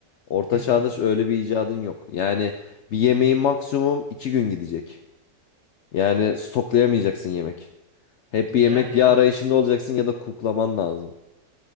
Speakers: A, on the left; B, in the centre.
A: Orta
B: Hı hı.
A: çağda ş- öyle bir icadın yok. Yani bir yemeğin maksimum iki gün gidecek. Yani stoklayamayacaksın yemek. Hep
B: Yani
A: bir yemek ya
B: a-
A: arayışında olacaksın ya da kuklaman lazım.